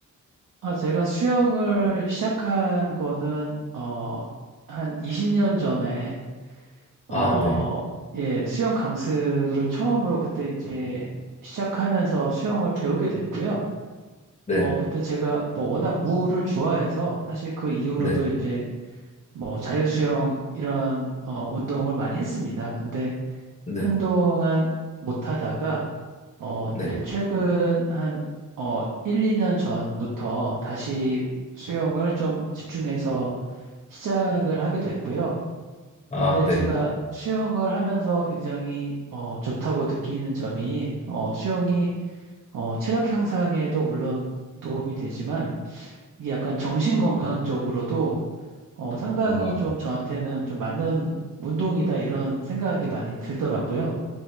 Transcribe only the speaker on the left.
아, 네.
네.
네.
네.
네.
아,
네.
아,